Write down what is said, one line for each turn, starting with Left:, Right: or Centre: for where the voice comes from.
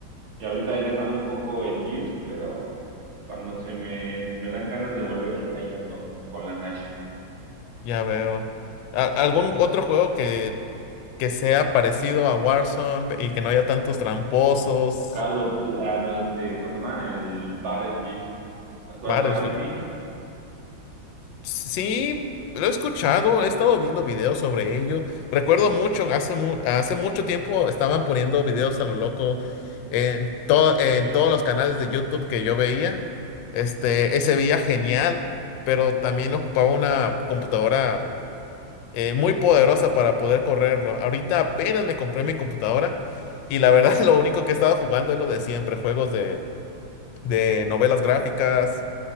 Right: Y ahorita he dejado un poco el Gears, pero cuando se me, me dan ganas de volver, ahí ando con la Nashville.
Left: ya veo. ¿Al- ¿Algún otro juego que, que sea parecido a Warzone pe- y que no haya tantos tramposos?
Right: Call of Du- ah, no, este, ¿cómo se llama? El Battlefield. ¿Has jugado
Left: Battlefield.
Right: Battlefield?
Left: Sí, lo he escuchado, he estado viendo videos sobre ello. Recuerdo mucho, hace, mu- hace mucho tiempo estaban poniendo videos a lo loco en, todo, en todos los canales de YouTube que yo veía. Este, eh, se veía genial, pero también ocupaba una computadora eh, muy poderosa para poder correrlo. Ahorita apenas me compré mi computadora y la verdad <laughs> lo único que he estado jugando es lo de siempre, juegos de, de novelas gráficas